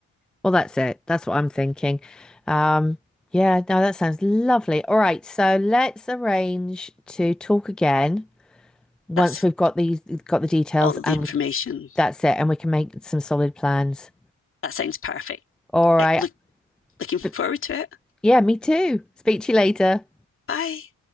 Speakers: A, in the centre; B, on the left.
A: Well, that's it. That's what I'm thinking. Um, yeah, no, that sounds lovely. All right, so let's arrange to talk again once
B: That's
A: we've got these got the details
B: all the
A: and
B: information.
A: that's it and we can make some solid plans.
B: That sounds perfect.
A: All right.
B: Eh, Look, looking forward
A: But
B: to it.
A: yeah, me too. Speak to you later.
B: Bye.